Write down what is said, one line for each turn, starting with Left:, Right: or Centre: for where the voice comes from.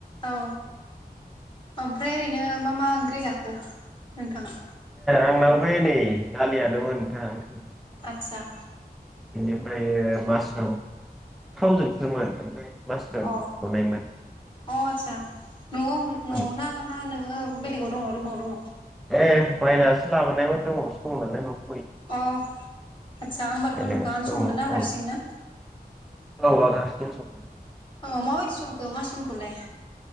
Left: औ ओमफ्राय ओरैनो मा मा ओंख्रि जाखो नोंथाङा
Centre: आंनाव फै नै दालियानोमोनोंथां ओ
Left: आतचा
Centre: बेनिफ्राय मासाव थावजों सोमो आरो ओमफ्राय मासरुम
Left: अ
Centre: एवनायमोन
Left: अ आतसा न'आव न'आव
Centre: औ
Left: ना ना नोङो बेलेगाव दंङ रुमाव दंङ
Centre: ए बायनासो लाबोनाय रुमावसो दं नालाय ओ
Left: अ आदसा होमबाथ'
Centre: बेलेगावसो
Left: नोंथाङानो
Centre: दङ
Left: संदों ना
Centre: औ
Left: हारसिंनो
Centre: औ आंनो हारसिंनो संदों
Left: अ माबायदि संखो मास्रूमखौलाय